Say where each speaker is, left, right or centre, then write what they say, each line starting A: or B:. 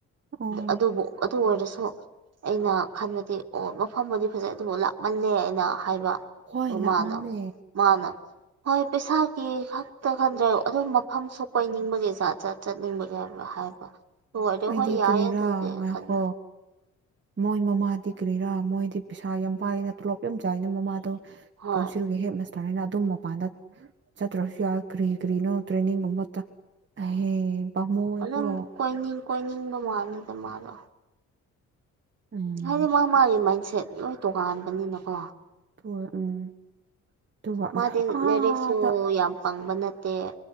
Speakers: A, on the right; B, on the right.
A: ꯑꯣ
B: ꯑꯗꯨꯕꯨ ꯑꯗꯨ ꯑꯣꯏꯔꯁꯨ ꯑꯩꯅ ꯈꯟꯕꯗꯤ ꯑꯣ ꯃꯐꯝꯕꯨꯗꯤ ꯐꯖꯩ ꯑꯗꯨꯕꯨ ꯂꯥꯞꯃꯜꯂꯦ ꯑꯩꯅ ꯍꯥꯏꯕ
A: ꯍꯣꯏ
B: ꯑꯗꯨ
A: ꯂꯥꯞꯃꯜꯂꯦ
B: ꯃꯥꯅ ꯃꯥꯅ ꯍꯣꯏ ꯄꯩꯁꯥꯒꯤ ꯈꯛꯇ ꯈꯟꯗ꯭ꯔꯦ ꯑꯗꯨꯝ ꯃꯐꯝꯁꯨ ꯀꯣꯏꯅꯤꯡꯕꯒꯤ ꯖꯥꯠ ꯖꯥꯠ ꯆꯠꯅꯤꯡꯕꯅꯦ ꯍꯥꯏꯕ ꯍꯥꯏꯕ ꯍꯣꯏ ꯑꯗꯣ
A: ꯑꯩꯗꯤ
B: ꯌꯥꯏꯌꯦ
A: ꯀꯔꯤꯔꯥ
B: ꯑꯗꯨꯗꯤ
A: ꯉꯥꯏꯈꯣ
B: ꯈꯟ
A: ꯃꯣꯏ ꯃꯃꯥꯗꯤ ꯀꯔꯤꯔꯥ ꯃꯣꯏꯗꯤ ꯄꯩꯁꯥ ꯌꯥꯝ ꯄꯥꯏꯅ ꯇ꯭ꯔꯣꯞ ꯌꯥꯝ ꯆꯥꯏꯅ ꯃꯃꯥꯗꯣ
B: ꯍꯣꯏ
A: ꯀꯥꯎꯟꯁꯤꯜꯒꯤ ꯍꯦꯟ ꯃꯥꯁꯇꯔꯅꯦꯅ ꯑꯗꯨꯝ ꯃꯄꯥꯟꯗ ꯆꯠꯇ꯭ꯔꯁꯨ ꯌꯥ ꯀ꯭ꯔꯤ ꯀ꯭ꯔꯤꯅꯣ ꯇ꯭ꯔꯦꯅꯤꯡꯒꯨꯝꯕ ꯆꯠ ꯑꯍꯦ ꯄꯃꯨ
B: ꯑꯗꯨꯝ
A: ꯌꯦꯀꯣ
B: ꯀꯣꯏꯅꯤꯡ ꯀꯣꯏꯅꯤꯡꯕ ꯃꯥꯟ ꯂꯤꯗ ꯃꯥꯗꯣ
A: ꯎꯝ
B: ꯍꯥꯏꯗꯤ ꯃꯥ ꯃꯥꯒꯤ ꯃꯥꯏꯟꯁꯦꯠ ꯂꯣꯏ ꯇꯣꯉꯥꯟꯕꯅꯤꯅꯀꯣ
A: ꯍꯣꯢ ꯎꯝ ꯑꯗꯨꯒ
B: ꯃꯥꯗꯤ
A: ꯑꯥꯗ
B: ꯂꯩꯔꯤꯛꯁꯨ ꯌꯥꯝ ꯄꯪꯕ ꯅꯠ ꯇꯦ